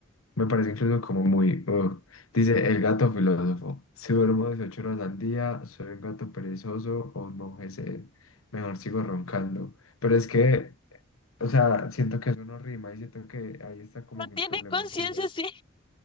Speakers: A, on the left; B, on the left.
A: me parece incluso como muy, uh. Dice el gato filósofo, si duermo 18 horas al día, soy un gato perezoso o un monje sed, mejor sigo roncando, pero es que, o sea, siento que eso no rima y siento que ahí está como
B: No
A: mi
B: tiene
A: problema
B: conciencia,
A: con los,
B: sí.